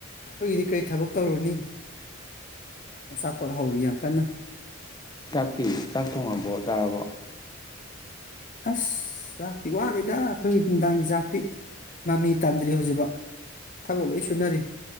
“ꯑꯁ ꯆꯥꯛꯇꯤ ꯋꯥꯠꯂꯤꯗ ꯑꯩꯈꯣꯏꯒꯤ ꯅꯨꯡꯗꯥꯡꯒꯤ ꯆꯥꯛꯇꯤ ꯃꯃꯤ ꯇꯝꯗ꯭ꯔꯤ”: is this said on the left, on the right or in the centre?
Left